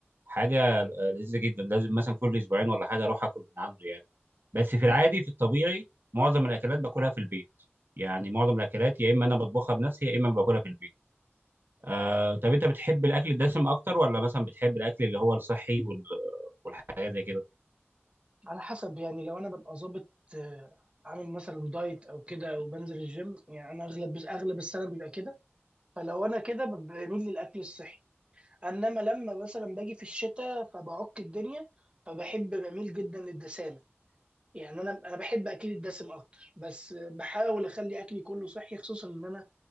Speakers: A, on the right (about 50°); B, on the right (about 25°).
A: حاجه آه، لذيذه جدا لازم مثلا كل اسبوعين ولا حاجه اروح اكل من عنده يعني بس في العادي في الطبيعي معظم الاكلات باكلها في البيت يعني معظم الاكلات يا اما انا بطبخها بنفسي يا اما باكلها في البيت آه، طب انت بتحب الاكل الدسم اكتر ولا مثلا بتحب الاكل اللي هو الصحي وال- والحاجات زي كده
B: على حسب يعني لو انا ببقى ظابط آه، عامل مثلا دايت او كده وبنزل الجيم يعني انا اغلب اغلب السنه بيبقى كده فلو انا كده ب- بميل للاكل الصحي انما لما مثلا باجي في الشتاء فبعك الدنيا فبحب بميل جدا للدسامه يعني انا انا بحب اكل الدسم اكتر بس آه، بحاول اخلي اكلي كله صحي خصوصا ان انا